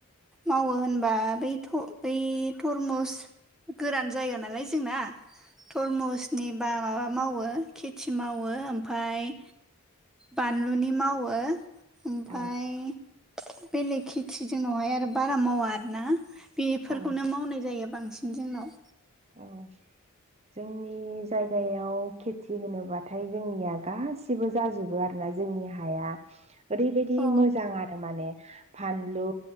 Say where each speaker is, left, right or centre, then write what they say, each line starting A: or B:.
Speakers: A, in the centre; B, on the right.
A: मावो होन होनबा बै थ बै थरमुस गोरान जायगा नालाय जोंना थरमुसनि बा माबा मावो खेथि मावो ओमफ्राय बानलुनि मावो ओमफ्राय
B: औ
A: बेलेग खेथि जोंनावहाय आरो बारा मावा आरोना बेफोरखौनो
B: औ
A: मावनाय जायो बांसिन जोंनाव
B: औ जोंनि जायगायाव खेथि होनोब्लाथाय जोंनिया गासैबो गसिबो जाजोबो आरोना जोंनि हाया ओरैबायदि
A: अ
B: मोजां आरो माने फानलु